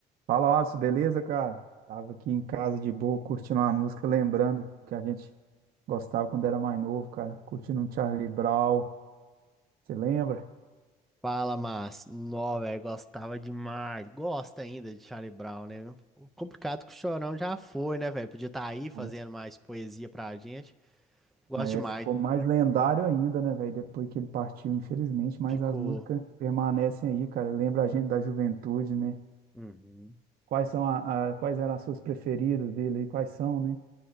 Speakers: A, on the right (about 60°); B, in the centre.
A: Fala, Alisson, beleza, cara? Tava aqui em casa de boa, curtindo uma música, lembrando que a gente gostava quando era mais novo, cara. Curtindo um Charlie Brown, você lembra?
B: Fala, mas, nó, velho, gostava demais. Gosta ainda de Charlie Brown, né? O complicado que o Chorão já foi, né, velho? Podia estar aí fazendo
A: Pô,
B: mais poesia pra gente. Gosto demais.
A: É, ficou mais lendário ainda, né, velho? Depois que ele partiu, infelizmente, mas
B: Ficou.
A: as músicas permanecem aí, cara. Lembra a gente da juventude, né?
B: Uhum.
A: Quais são a, a- quais eram as suas preferidas dele aí? Quais são, né?